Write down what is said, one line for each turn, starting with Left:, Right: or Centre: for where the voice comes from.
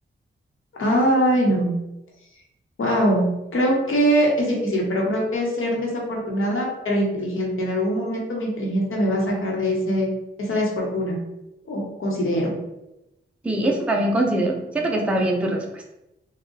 Left: Ay, no. Wow, creo que es difícil, pero creo que es ser desafortunada, pero inteligente. En algún momento mi inteligencia me va a sacar de ese, esa desfortuna, o considero.
Centre: Sí, eso también considero. Siento que está bien tu respuesta.